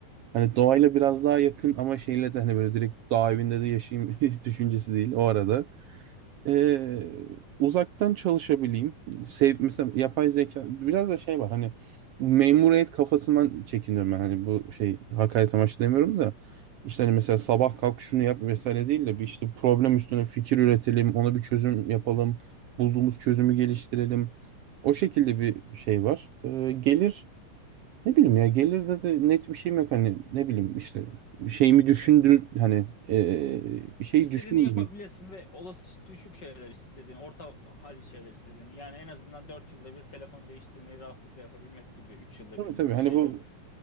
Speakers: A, on the right; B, on the left.
A: hani doğayla biraz daha yakın ama şeyle de hani böyle direkt dağ evinde de yaşayayım <laughs> düşüncesi değil o arada. Ee, uzaktan çalışabileyim. Sev, mesela yapay zeka biraz da şey var hani memuriyet kafasından çekiniyorum ben hani bu şey hakaret amaçlı demiyorum da işte hani mesela sabah kalk şunu yap vesaire değil de bir işte problem üstüne fikir üretelim ona bir çözüm yapalım bulduğumuz çözümü geliştirelim o şekilde bir şey var Ee, gelir ne bileyim ya gelirde de net bir şeyim yok hani ne bileyim işte şeyimi düşündür hani ee, bir şey
B: İstediğini
A: düşünmeyeyim
B: yapabilirsin ve olası düşük şeyler istediğini, orta halli şeyler istediğini. Yani en azından 4 yılda bir telefon değiştirmeyi rahatlıkla yapabilmek gibi 3 yılda
A: tabii
B: bir
A: tabii
B: veya
A: hani
B: şeyler.
A: bu